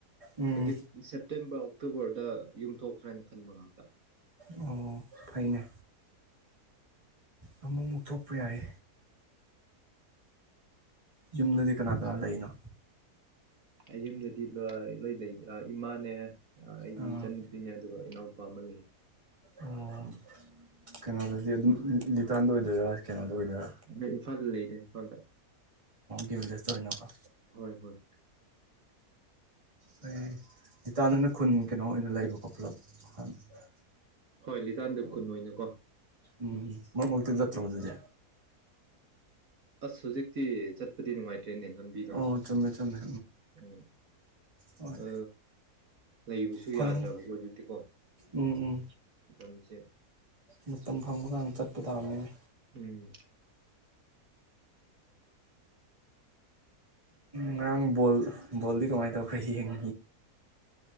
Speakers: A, on the right; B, on the right.
A: ꯎꯝ
B: ꯍꯧꯖꯤꯛ ꯗꯤꯁꯦꯝ ꯇꯦꯝꯕꯥꯎ ꯇꯣꯕꯔꯗ ꯌꯨꯝ ꯊꯣꯛꯁꯤꯔꯥꯅ ꯍꯥꯏꯅ ꯈꯟꯕ ꯉꯥꯛꯇ
A: ꯑꯣ ꯐꯥꯏꯅꯦ ꯑꯃꯨ ꯑꯃꯨꯛ ꯊꯣꯛꯄ ꯌꯥꯏ ꯌꯨꯝꯗꯗꯤ ꯀꯅꯥ ꯀꯅꯥ ꯂꯩꯅꯣ
B: ꯑꯩ ꯌꯨꯝꯗꯗꯤ ꯂ ꯂꯣꯏ ꯂꯩ ꯏꯃꯥꯅꯦ ꯑꯩꯒꯤ
A: ꯑꯥ
B: ꯏꯆꯟꯟꯅꯨꯄꯤꯅꯦ ꯑꯗꯨꯒ ꯏꯅꯥꯎ ꯄꯥꯝꯃ ꯂꯩ
A: ꯑꯣ
B: ꯎꯝ
A: ꯀꯩꯅꯣꯗꯗꯤ ꯑꯗꯨꯝ ꯂꯤꯇꯥꯟꯗ ꯑꯣꯏꯗꯣꯏꯔꯥ ꯀꯩꯅꯣꯗ ꯑꯣꯏꯗꯣꯏꯔꯥ
B: ꯑ ꯏ ꯐꯜ ꯂꯩꯗ ꯐꯜꯗ
A: ꯝꯁꯇ ꯑꯣꯏꯅꯀꯣ
B: ꯍꯣꯏ ꯍꯣꯏ
A: ꯎ ꯑꯩꯣꯏ ꯇꯥꯥꯟ ꯅꯪꯅ ꯈꯨꯟ ꯀꯩꯅꯣ ꯑꯣꯏꯅ ꯂꯩꯕꯀꯣ ꯄꯨꯂꯞ ꯍꯅ
B: ꯍꯣꯏ ꯂꯤꯇꯥꯟꯗ ꯈꯨꯟ ꯑꯣꯏꯅꯀꯣ
A: ꯎꯝ ꯃꯛꯃꯛꯇꯤ ꯆꯠꯇ꯭ꯔꯣꯕ ꯑꯗꯨꯗꯤ
B: ꯑꯁ ꯍꯧꯖꯤꯛꯇꯤ ꯆꯠꯄꯗꯤ ꯅꯨꯡꯉꯥꯏꯇꯦ ꯇ꯭ꯔꯦꯦꯟ ꯂꯝꯕꯤꯗꯣ
A: ꯑꯣ ꯆꯨꯝꯃꯦ ꯆꯨꯝꯃꯦ
B: ꯎꯝ
A: ꯍꯣꯏ
B: ꯑ ꯂꯩꯕꯁꯨ
A: ꯐꯪꯕ
B: ꯌꯥꯗ꯭ꯔꯕꯀꯣ ꯍꯧꯖꯤꯛꯇꯤꯀꯣ
A: ꯎꯝ ꯎꯝ
B: ꯃꯇꯝꯁꯦ
A: ꯃꯇꯝ ꯐꯪꯕ ꯀꯅ ꯆꯠꯄ ꯇꯥꯕꯅꯤ
B: ꯎꯝ
A: ꯉꯔꯥꯡ ꯕꯣꯜ ꯕꯣꯜꯗꯤ ꯀꯃꯥꯏꯅ ꯇꯧ ꯈꯔ ꯌꯦꯡ